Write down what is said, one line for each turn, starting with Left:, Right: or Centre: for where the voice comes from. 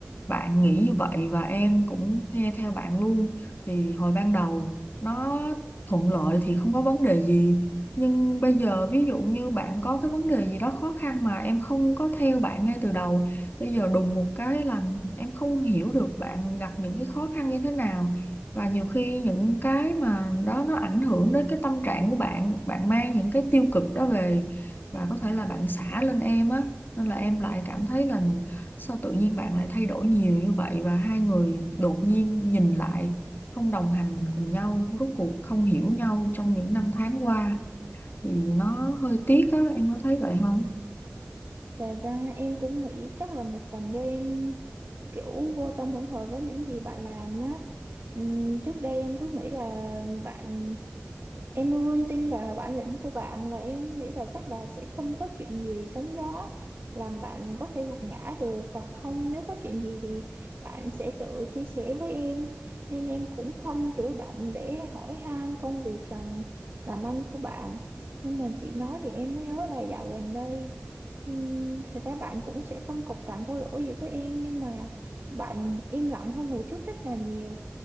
Left: bạn nghĩ như vậy và em cũng nghe theo bạn luôn thì hồi ban đầu nó thuận lợi thì không có vấn đề gì nhưng bây giờ ví dụ như bạn có cái vấn đề gì đó khó khăn mà em không có theo bạn ngay từ đầu bây giờ đùng một cái làm em không hiểu được bạn gặp những cái khó khăn như thế nào và nhiều khi những cái mà đó nó ảnh hưởng đến cái tâm trạng của bạn bạn mang những cái tiêu cực đó về và có thể là bạn xả lên em á nên là em lại cảm thấy là sao tự nhiên bạn lại thay đổi nhiều như vậy và hai người đột nhiên nhìn lại không đồng hành cùng nhau rốt cuộc không hiểu nhau trong những năm tháng qua thì nó hơi tiếc á em có thấy vậy không
Right: Thành ra em cũng nghĩ chắc là một phần do em kiểu vô tâm hỗn hợp với những gì bạn làm á. Ừm, trước đây em cứ nghĩ là bạn em luôn tin vào bản lĩnh của bạn và em nghĩ là chắc là sẽ không có chuyện gì sóng gió làm bạn có thể gục ngã được hoặc không nếu có chuyện gì thì bạn sẽ tự chia sẻ với em nên em cũng không chủ động để hỏi han công việc làm làm ăn của bạn nhưng mà chị nói thì em mới nhớ là dạo gần đây ừm, thật ra bạn cũng sẽ không cộc cằn thô lỗ gì với em nhưng mà bạn im lặng hơn hồi trước rất là nhiều